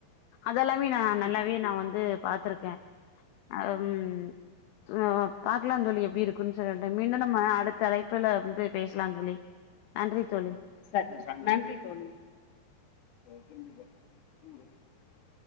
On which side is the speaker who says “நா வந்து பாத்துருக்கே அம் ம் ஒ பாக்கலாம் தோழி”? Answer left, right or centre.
Left